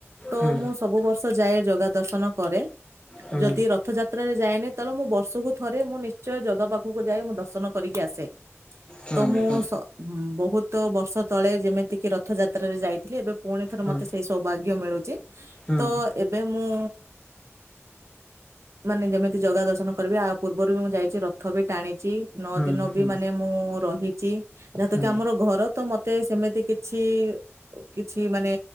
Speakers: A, on the right; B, on the left.
A: ତ
B: ହୁଁ
A: ମୁଁ ସବୁ ବର୍ଷ ଯାଏ ଜଗା ଦର୍ଶନ କରେ,
B: ହୁଁ
A: ଯଦି ରଥ ଯାତ୍ରାରେ ଯାଏନି ତେଳେ ମୁଁ ବର୍ଷକୁ ଥରେ ମୁଁ ନିଶ୍ଚୟ ଜଗା ପାଖକୁ ଯାଇ ମୁଁ ଦର୍ଶନ କରିକି ଆସେ।
B: ହୁଁ
A: ତ ମୁଁ
B: ହୁଁ
A: ସ ବହୁତ ବର୍ଷ ତଳେ ଯେମିତିକି ରଥଯାତ୍ରାରେ ଯାଇଥିଲି ଏବେ ପୁଣି ଥରେ
B: ହୁଁ
A: ମତେ ସେଇ ସୌଭାଗ୍ୟ ମିଳୁଛି,
B: ହୁଁ
A: ତ ଏବେ ମୁଁ ମାନେ ଯେମିତି ଜଗା ଦର୍ଶନ କରିବି, ଆ ପୂର୍ବରୁ ବି ମୁଁ ଯାଇଛି ରଥ ବି ଟାଣିଛି, ନଅ
B: ହୁଁ
A: ଦିନ
B: ହୁଁ
A: ବି ମାନେ ମୁଁ ରହିଛି ଯାହାତ
B: ହୁଁ
A: କି ଆମର ଘର ତ ମତେ ସେମିତି କିଛି କିଛି ମାନେ